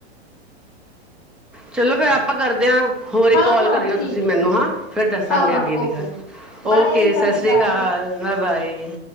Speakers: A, in the centre; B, on the left.
A: ਚਲੋ ਫੇਰ ਆਪਾਂ ਕਰਦੇ ਆਂ, ਹੋਰ ਇੱਕ
B: ਹਾਂ
A: ਕੋਲ
B: ਹਾਂ
A: ਕਰਿਓ
B: ਠੀਕ
A: ਤੁਸੀਂ
B: ਹੈ ਠੀਕ
A: ਮੈਨੂੰ ਹਾਂ,
B: ਹੈ
A: ਫੇਰ ਦੱਸਾਂਗੇ
B: ਹਾਂ ਹਾਂ
A: ਅੱਗੇ
B: ਓਕੇ
A: ਦੀ ਗੱਲ। ਓਕੇ,
B: ਬਾਏ ਸਤਿ
A: ਸਤ
B: ਸ਼੍ਰੀ
A: ਸ੍ਰੀ
B: ਅਕਾਲ
A: ਕਾਲ। Bye - bye.